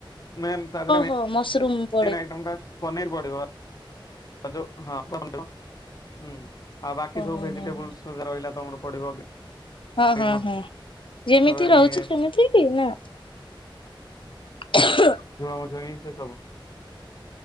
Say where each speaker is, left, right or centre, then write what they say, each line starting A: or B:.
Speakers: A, on the left (about 45°); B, on the left (about 75°).
A: ମେନ ତାଦେହରେ ମେନ
B: <unintelligible>
A: ମେନ ଆଇଟମଟା ପନୀର୍ ପଡ଼ିବ। ହଁ ଯୋଉ ହଁ କୁହନ୍ତୁ, ହୁଁ ଆଉ ବାକି
B: ଓହୋ
A: ସବୁ ଭେଜିଟେବୁଲସ
B: ହଁ ହଁ।
A: ରହିଲା ତମର ପଡିବ
B: ହଁ
A: ଗ୍ରୀନ
B: ହଁ, ହଁ
A: ମଟର
B: ଯେମିତି ରହୁଛି
A: ଇଏ
B: ସେମିତି କି ନା ଆଃହଁ।
A: ଝୁଅ ସେଇଁ ସବୁ।